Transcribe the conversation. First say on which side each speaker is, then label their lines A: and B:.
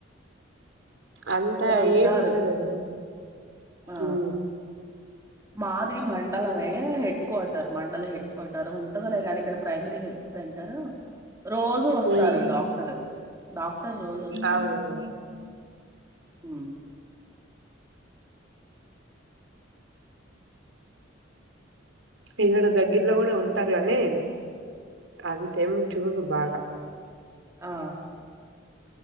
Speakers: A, on the right (about 75°); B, on the right (about 15°).
A: అంతా
B: ఉంటారు
A: ఏం ఉండదుఅసలు
B: ఆ
A: ఉ
B: మాది మండలమే హెడ్ క్వార్టర్ మండల హెడ్ క్వార్టర్ ఉంటదలేగాని ఇక్కడ ప్రైమరీ హెల్త్ సెంటరు రోజు వస్తారు
A: ఉమ్
B: డాక్టరు డాక్టర్ రోజు వస్తారు
A: అవునండి
B: ఉ
A: ఇక్కడ దగ్జిర్లో కూడా ఉంటారు కానీ అంతేం చూరు బాగా
B: ఆ